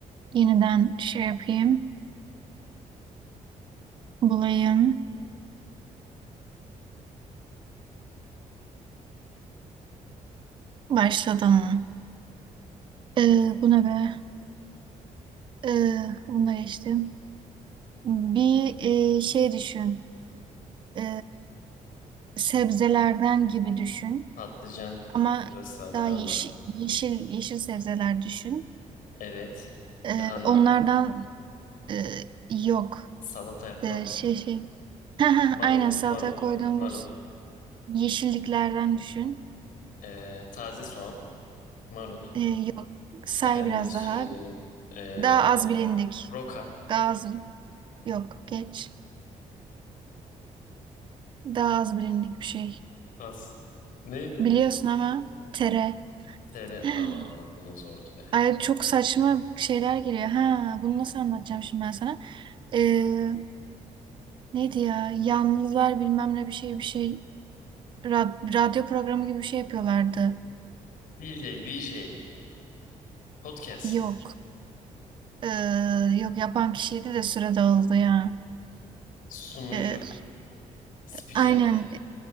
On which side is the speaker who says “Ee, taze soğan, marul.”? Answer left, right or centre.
Left